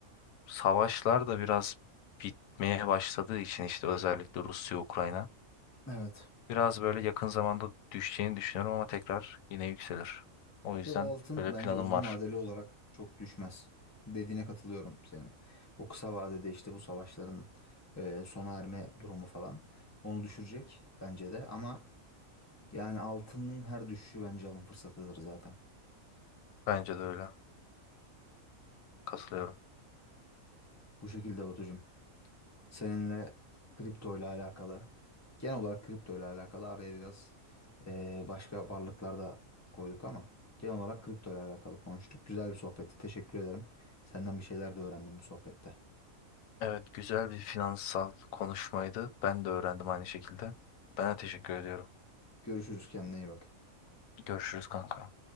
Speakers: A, on the left (about 75°); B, on the left (about 20°).
A: Savaşlar da biraz bitmeye başladığı için işte özellikle Rusya-Ukrayna.
B: Evet.
A: Biraz böyle yakın zamanda düşeceğini düşünüyorum ama tekrar yine yükselir. O yüzden
B: Ya o altın
A: böyle
B: bence
A: planım
B: uzun
A: var.
B: vadeli olarak çok düşmez. Dediğine katılıyorum senin. O kısa vadede işte bu savaşların e, sona erme durumu falan onu düşürecek bence de. Ama yani altının her düşüşü bence alım fırsatıdır zaten.
A: Bence de öyle. Katılıyorum.
B: Bu şekilde Batucuğum. Seninle kripto ile alakalı genel olarak kripto ile alakalı araya biraz e, başka varlıklar da koyduk ama genel olarak kripto ile alakalı konuştuk. Güzel bir sohbetti. Teşekkür ederim. Senden bir şeyler de öğrendim bu sohbette.
A: Evet, güzel bir finansal konuşmaydı. Ben de öğrendim aynı şekilde. Ben de teşekkür ediyorum.
B: Görüşürüz kendine iyi bak.
A: Görüşürüz kanka.